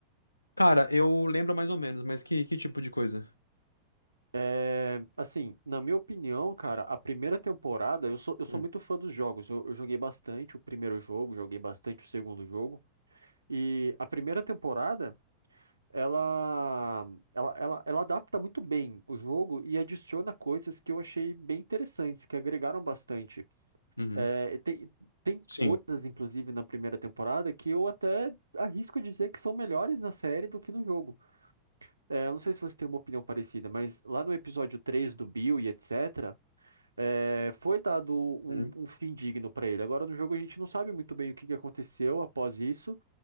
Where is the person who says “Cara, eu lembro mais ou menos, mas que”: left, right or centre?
Left